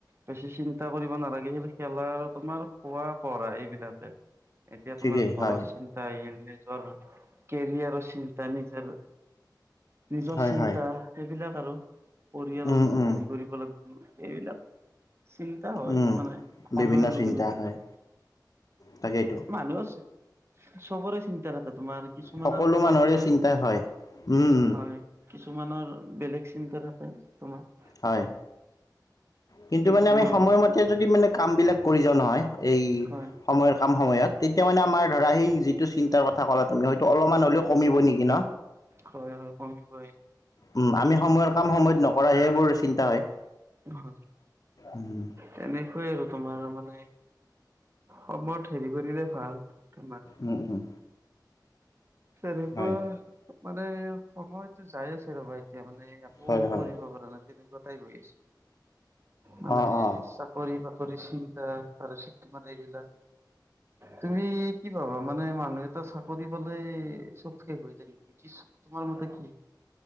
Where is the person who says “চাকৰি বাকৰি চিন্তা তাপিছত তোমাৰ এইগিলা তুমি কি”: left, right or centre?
Right